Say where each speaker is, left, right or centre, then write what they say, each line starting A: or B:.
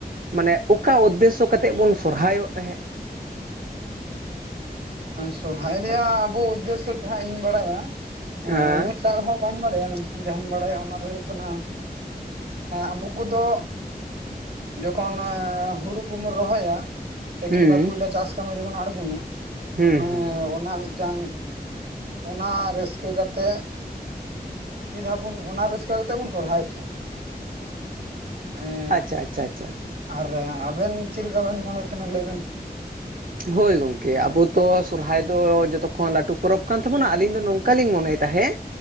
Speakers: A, on the right; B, on the right.
A: ᱢᱟᱱᱮ ᱚᱠᱟ ᱩᱫᱽᱫᱮᱥᱚ ᱠᱟᱛᱮᱫ ᱵᱚᱱ ᱥᱚᱨᱦᱟᱭᱚᱜ ᱛᱟᱦᱮᱸᱫ?
B: ᱥᱚᱨᱦᱟᱭ ᱫᱚᱭᱟ ᱟᱵᱚ ᱩᱫᱽᱫᱮᱥᱚ ᱡᱟᱦᱟᱸ ᱤᱧ ᱵᱟᱲᱟᱭᱟ
A: ᱦᱮᱸ
B: ᱩᱱᱟᱹᱜ ᱴᱟᱦᱚᱸ ᱵᱟᱹᱧ ᱵᱟᱲᱟᱭᱟ ᱢᱮᱱᱠᱷᱟᱱ ᱡᱟᱦᱟᱸᱧ ᱵᱟᱲᱟᱭᱟ ᱚᱱᱟ ᱫᱚ ᱦᱩᱭᱩᱜ ᱠᱟᱱᱟ ᱟᱵᱚ ᱠᱚᱫᱚ ᱡᱚᱠᱷᱚᱱ ᱦᱩᱲᱩ ᱠᱚᱢ ᱨᱚᱦᱚᱭᱟ ᱥᱮ
A: ᱦᱩᱸ
B: ᱠᱤᱝᱵᱟ ᱯᱳᱭᱞᱳ ᱪᱟᱥ ᱠᱟᱹᱢᱤ ᱨᱮᱵᱚᱱ ᱟᱬᱜᱚᱱᱟ
A: ᱦᱩᱸ
B: ᱚᱱᱮ
A: ᱦᱩᱸ
B: ᱚᱱᱟ ᱢᱤᱫ ᱴᱟᱝ ᱚᱱᱟ ᱨᱟᱹᱥᱠᱟᱹ ᱠᱟᱛᱮᱜ ᱢᱤᱫ ᱫᱷᱟᱣ ᱵᱚᱱ ᱚᱱᱟ ᱨᱟᱹᱥᱠᱟᱹ ᱠᱟᱛᱮ ᱵᱚᱱ ᱥᱚᱨᱦᱟᱭᱮᱫ ᱛᱟᱦᱮᱱᱟ ᱮᱸ
A: ᱟᱪᱪᱷᱟ ᱟᱪᱪᱷᱟ ᱟᱪᱪᱷᱟ
B: ᱟᱨ ᱟᱵᱮᱱ ᱪᱮᱫ ᱞᱮᱠᱟ ᱵᱮᱱ ᱢᱚᱱᱮ ᱛᱟᱦᱮᱱᱟ ᱞᱟᱹᱭ ᱵᱮᱱ
A: ᱦᱳᱭ ᱜᱚᱝᱠᱮ ᱟᱵᱚ ᱫᱚ ᱥᱚᱨᱦᱟᱭ ᱫᱚ ᱡᱚᱛᱚᱠᱷᱚᱱ ᱞᱟᱹᱴᱩ ᱯᱚᱨᱚᱵᱽ ᱠᱟᱱ ᱛᱟᱵᱚᱱᱟ ᱟᱞᱤᱧ ᱫᱚ ᱱᱚᱝᱠᱟᱞᱤᱧ ᱢᱚᱱᱮᱭ ᱛᱟᱦᱮᱸᱫ